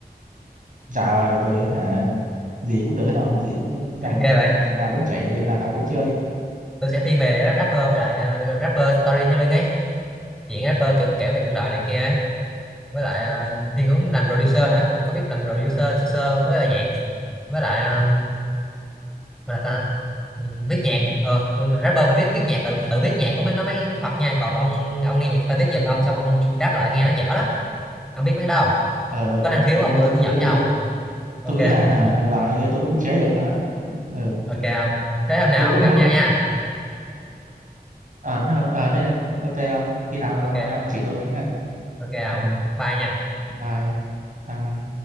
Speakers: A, on the right; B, in the centre.
A: Trời ơi, tôi hả gì cũng được hết đâu, gì cũng
B: <laughs>
A: nhạc
B: ghê vậy
A: nhạc nào cũng chạy, điệu nào cũng chơi.
B: tôi sẽ thiên về rapper với lại ờ, rapper storytelling ấy chuyện rapper kiểu kể về cuộc đời này kia ấy với lại ờ, thiên hướng làm producer nữa tôi có biết làm producer sơ sơ với lại nhạc với lại ờ, gọi là ta ừ, viết nhạc ờ rapper phải biết viết nhạc tự tự viết nhạc có mới nó mới thật nha còn ông ông nghe nhạc ta viết giùm ông xong ông rap lại nghe nó dở lắm ông biết mấy cái đâu
A: Ờ
B: có năng
A: ờ,
B: khiếu
A: tôi
B: không
A: tôi
B: tôi
A: tôi
B: hướng
A: tôi
B: dẫn
A: biết
B: cho
A: tôi
B: ông
A: biết.
B: ok
A: Tôi nghĩ là hả
B: <laughs>
A: loại này kia tôi cũng chế được. hả? Ờ
B: ok không thế hôm nào
A: tôi cũng
B: gặp
A: muốn
B: nhau nha
A: ờ thế thôi, ờ thế này, ok không? Khi nào
B: ok
A: gặp nhau chỉ tôi với nhá.
B: ok không
A: Ờ
B: bye nha
A: bye bye.